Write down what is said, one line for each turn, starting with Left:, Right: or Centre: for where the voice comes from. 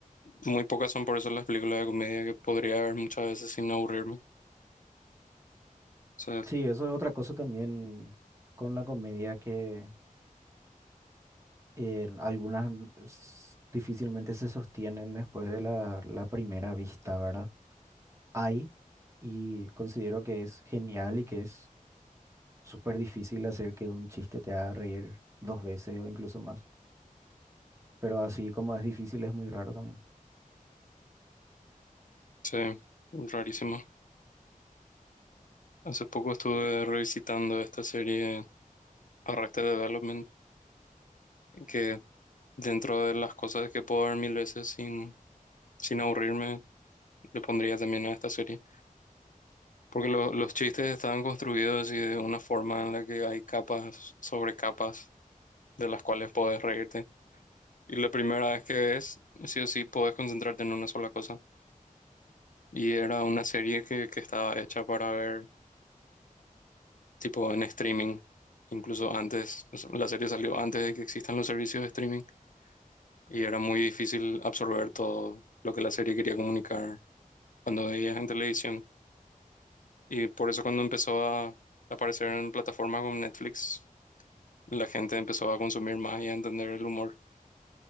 Left: muy pocas son por eso las películas de comedia que podría ver muchas veces sin aburrirme. O sea,
Right: Sí, eso es otra cosa también con la comedia que eh, algunas s- difícilmente se sostienen después de la, la primera vista, ¿verdad? Hay, y considero que es genial y que es súper difícil hacer que un chiste te haga reír dos veces o incluso más. Pero así como es difícil, es muy raro también.
Left: sí, rarísimo. Hace poco estuve revisitando esta serie Arrested Development, que Dentro de las cosas que puedo ver mil veces sin, sin aburrirme, le pondría también a esta serie. Porque lo- los chistes estaban construidos y de una forma en la que hay capas sobre capas de las cuales puedes reírte. Y la primera vez que ves, sí o sí, puedes concentrarte en una sola cosa. Y era una serie que, que estaba hecha para ver tipo en streaming. Incluso antes, o sea, la serie salió antes de que existan los servicios de streaming y era muy difícil absorber todo lo que la serie quería comunicar cuando veías en televisión. Y por eso cuando empezó a aparecer en plataformas como Netflix, la gente empezó a consumir más y a entender el humor.